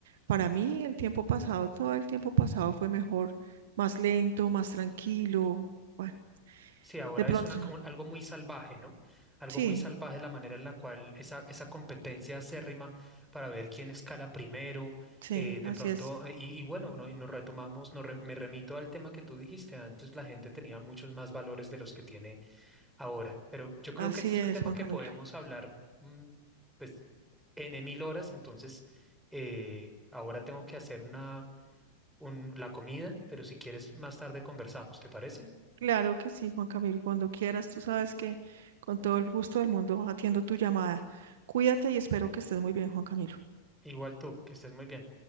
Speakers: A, on the right; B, in the centre.
A: para mí el tiempo pasado, todo el tiempo pasado fue mejor, más lento, más tranquilo. Bueno,
B: Sí, ahora
A: de pronto,
B: es una, co- algo muy salvaje, ¿no? Algo
A: sí.
B: muy salvaje la manera en la cual esa, esa competencia acérrima para ver quién escala primero,
A: Sí,
B: eh, de
A: así
B: pronto,
A: es,
B: eh, y, y bueno, no- y nos retomamos, nos re- me remito al tema que tú dijiste antes, la gente tenía muchos más valores de los que tiene ahora, pero yo creo
A: así
B: que este es
A: es,
B: un tema
A: Juan
B: que
A: Camilo.
B: podemos hablar, mm, pues, en mil horas, entonces, eh, ahora tengo que hacer una, un- la comida, pero si quieres, más tarde conversamos, ¿te parece?
A: Claro que sí, Juan Camilo. Cuando quieras, tú sabes que con todo el gusto del mundo atiendo tu llamada. Cuídate y espero que estés muy bien, Juan Camilo.
B: Igual tú, que estés muy bien.